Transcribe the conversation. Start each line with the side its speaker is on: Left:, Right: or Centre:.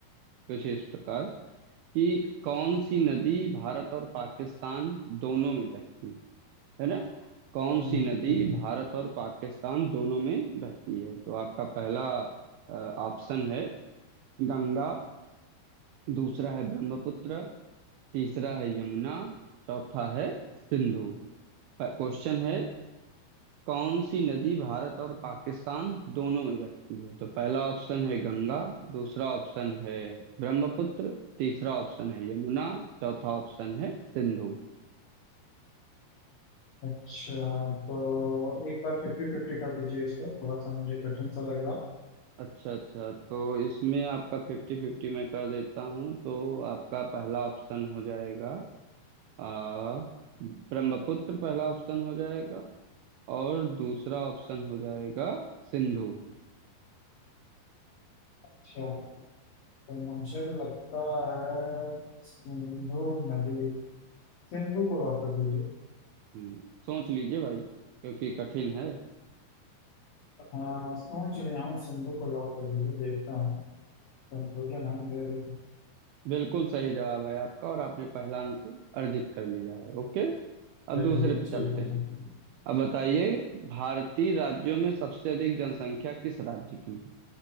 Right: कुछ इस प्रकार कि कौन सी नदी भारत और पाकिस्तान दोनों में बहती है है ना कौन
Left: हम्म,
Right: सी नदी भारत और पाकिस्तान दोनों में बहती है तो आपका पहला ऑप्शन है गंगा दूसरा है ब्रह्मपुत्र तीसरा है यमुना चौथा है सिंधु क्वेश्चन है कौन सी नदी भारत और पाकिस्तान दोनों में बहती है तो पहला ऑप्शन है गंगा दूसरा ऑप्शन है ब्रह्मपुत्र तीसरा ऑप्शन है यमुना चौथा ऑप्शन है सिंधु
Left: अच्छा तो एक बार फिफ्टी फिफ्टी कर दीजिए इसका थोड़ा सा मुझे कठिन सा लग रहा
Right: अच्छा अच्छा तो इसमें आपका फिफ्टी फिफ्टी मैं कर देता हूँ तो आपका पहला ऑप्शन हो जाएगा आ, ब्रह्मपुत्र पहला ऑप्शन हो जाएगा और दूसरा ऑप्शन हो जाएगा सिंधु
Left: अच्छा तो मुझे लगता है सिंधु नदी सिंधु को लॉक कर दीजिए
Right: हम्म सोच लीजिए भाई क्योंकि कठिन है
Left: हाँ सोच रहा हूँ सिंधु को लॉक कर दीजिए देखता हूँ कंफ्यूजन है मुझे अभी
Right: बिल्कुल सही जवाब है आपका और आपने पहला अंक अर्जित कर लिया है ओके
Left: चलिए
Right: अब दूसरे पे
Left: ठीक
Right: चलते
Left: है
Right: हैं
Left: ठीक है
Right: अब बताइए भारतीय राज्यों में सबसे अधिक जनसंख्या किस राज्य की है